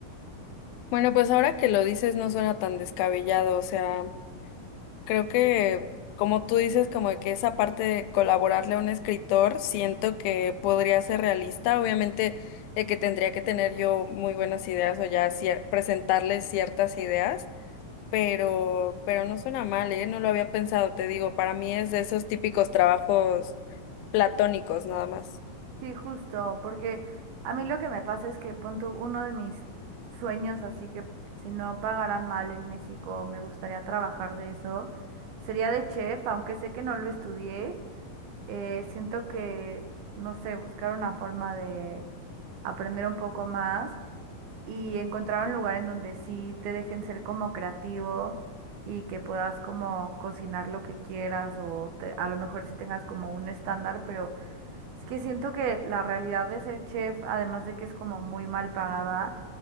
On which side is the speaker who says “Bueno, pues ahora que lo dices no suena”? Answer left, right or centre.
Left